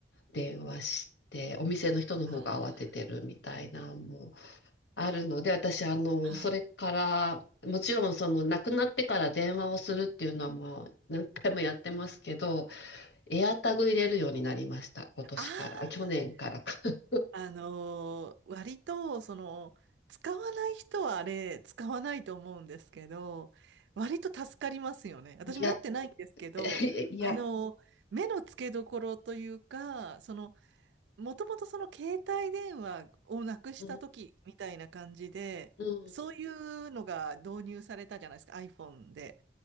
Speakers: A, on the left; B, on the right.
A: 電話して、お店の人の方が慌ててるみたいな、
B: あー
A: もう。あるので、私、あの、
B: はい。
A: それから、もちろん、その、亡くなってから電話をするっていうのはもう何回もやってますけど、エアタグ入れるようになりました。今年から、
B: ああ。
A: あ去年からか。<laughs>
B: あのー割と、その、使わない人はあれ、使わないと思うんですけど、割と助かりますよね。私持ってないんですけど、
A: いやって、<laughs> いや、
B: あのー目の付けどころというか、その、もともとその携帯電話をなくした時みたいな感じで、
A: うん、うん。
B: そういうのが導入されたじゃないですか、iPhone で。